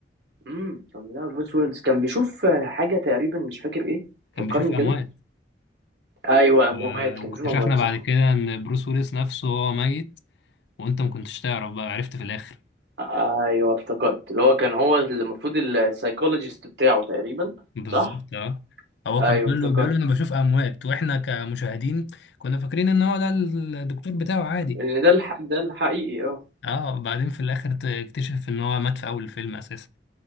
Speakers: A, on the right; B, on the left.
A: امم كان بتاع بروس ويلز كان بيشوف آه، حاجه تقريبا مش فاكر ايه
B: كان
A: فكرني
B: بيشوف اموات
A: كده ايوه اموات
B: و-
A: كان
B: واكتشفنا
A: بيشوف اموات
B: بعد
A: صح
B: كده ان بروس ويلس نفسه هو ميت وانت ما كنتش تعرف بقى عرفت في الاخر
A: ايوه افتكرت اللي هو كان هو المفروض السايكولوجيست بتاعه تقريبا
B: بالظبط
A: صح
B: اه هو
A: ايوه
B: كان بيقول
A: افتكرت
B: له بيقول له انا بشوف اموات واحنا كمشاهدين كنا فاكرين ان هو ده الدكتور بتاعه عادي
A: ان ده الح... ده الحقيقي اه
B: اه بعدين في الاخر تكتشف ان هو مات في اول الفيلم اساسا